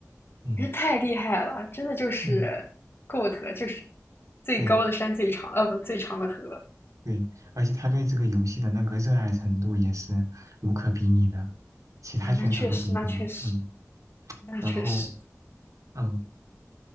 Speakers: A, on the right; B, on the left.
A: 嗯
B: 也太厉害了，真的就是
A: 嗯，
B: GOAT，就是最高的山最长，
A: 对
B: 呃、不，最长的河
A: 对，而且他对这个游戏的那个热爱程度也是无可比拟的，其他选手都比不了，
B: 啊，那确实，那确实，
A: 嗯，
B: 那确实。
A: 然后嗯，